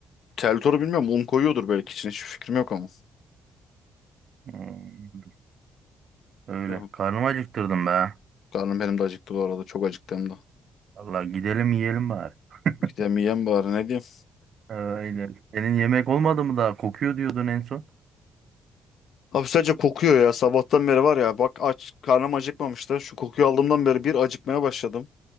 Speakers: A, on the left; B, on the right.
A: Teltoru bilmiyorum. Un koyuyordur belki içine. Hiçbir fikrim yok ama.
B: Hmm, öyle.
A: Evet.
B: Karnımı acıktırdım be.
A: Karnım benim de acıktı bu arada. Çok acıktım da.
B: Vallahi gidelim yiyelim bari. <laughs>
A: Gidemeyeyim bari. Ne diyeyim?
B: Aynen. Senin yemek olmadı mı daha? Kokuyor diyordun en son.
A: Abi sadece kokuyor ya. Sabahtan beri var ya. Bak aç. Karnım acıkmamış da. Şu kokuyu aldığımdan beri bir acıkmaya başladım.